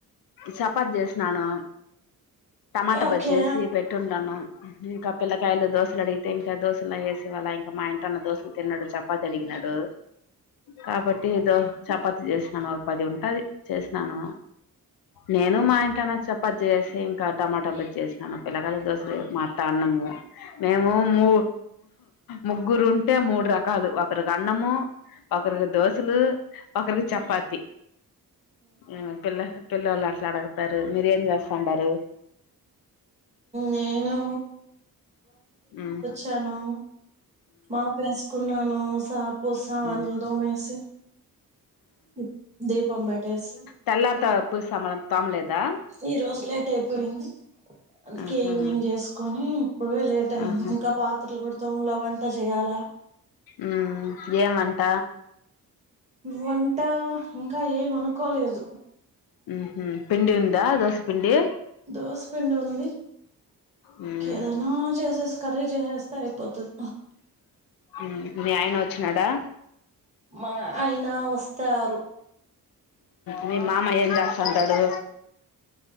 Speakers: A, on the left; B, on the right.
A: చపాతి చేసినాను టమాట
B: ఓకే
A: బజ్జి చేసి పెట్టి డాను ఇంకా పిల్లకాయలు దోశలు అడిగితే ఇంకా దోస వేసి వాళ్ళ ఇంకా మా ఇంటన్న దోస్తులు తిన్నాడు చపాతి అడిగినాడు కాబట్టి ఏదో చపాతి చేసినాను ఒక పది ఉంటది చేసినాను నేను మా ఇంటి అయినా చపాతి చేసి ఇంకా టమాటా బజ్జి చేసినను పిల్లగాల దోసలు మా అత్త అన్నము మేము మూ ముగ్గురు ఉంటే మూడు రకా కాలు ఒకరికి అన్నము ఒకరికి దోశలు ఒకరికి చపాతి ఏపిల్ల పిల్లోళ్ళు అట్లా అడగుతారు మీరు ఏం చేస్ స్తుండరు
B: నేను
A: ఉమ్
B: తనూ మాపేసుకున్నాను సాపు సామానులు
A: మ్మ్
B: దోమేసి ఇప్ దీపం బెట్టేసి
A: తెల్లార్త పుసామాన్లు తోమలేదా
B: ఈరోజు లేట్ అయిపోయింది అందుకే
A: ఆహా
B: ఈవినింగ్ చేసుకొని ఇప్పుడు లేట్ అయింది
A: ఆహా
B: ఇంకా పాత్రలు కూడా తోమల వంట చేయ్యాలా
A: ఊ ఏం వంట
B: వంట ఇంకా ఏమనుకోలేదు
A: ఉహు పిండి ఉందా దోసపిండి
B: దోస్ పిండి ఉంది
A: మ్మ్
B: కేదైనా చేసేసి కర్రీ చేసేస్తే అయిపోతది
A: ఊ మీ ఆయన వచ్చినాడా
B: మా అయ్యినా వస్తారు
A: మీ మామ ఏం జేస్తంటడు